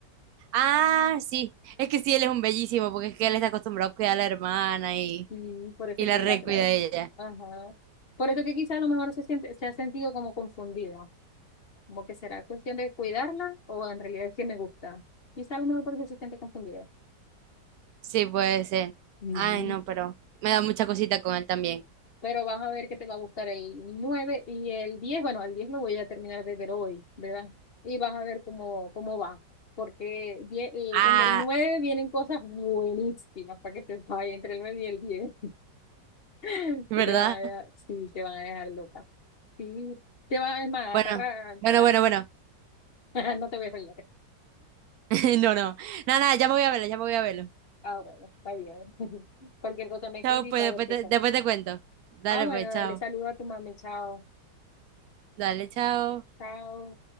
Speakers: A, on the right (about 70°); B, on the left (about 45°).
A: Ah, sí. Es que sí, él es un bellísimo, porque es que él está acostumbrado a cuidar a la hermana y,
B: Sí, por eso
A: y
B: que
A: la recuida
B: la trae.
A: de ella.
B: Ajá. Por eso que quizás a lo mejor se siente, se ha sentido como confundido. Como que será cuestión de cuidarla o en realidad es que me gusta. Quizá a lo mejor por eso se siente confundida.
A: Sí, puede ser.
B: Mm,
A: Ay, no, pero me da mucha cosita con él también.
B: Pero vas a ver que te va a gustar el 9 y el diez Bueno, el 10 lo voy a terminar de ver hoy, ¿verdad? Y vas a ver cómo, cómo va. Porque die- el-
A: Ah,
B: en el 9 vienen cosas buenísimas para que se vaya entre el 9 y el diez <laughs>
A: ¿verdad?
B: Que te van a dejar, sí, te van a dejar loca. Sí, te van a, es más,
A: Bueno,
B: te arran-
A: bueno, bueno, bueno.
B: te- <laughs> no te voy a pelear.
A: <laughs> No, no. Nada, nada, ya me voy a verlo, ya me voy a verlo.
B: Ah, bueno, está bien. <laughs> Cualquier cosa me escribí
A: Chao, pues
B: para
A: después
B: ver qué
A: te,
B: tal.
A: después te cuento. Dale,
B: Ah, bueno,
A: pues, chao.
B: dale, saluda a tu mami. Chao.
A: Dale, chao.
B: Chao.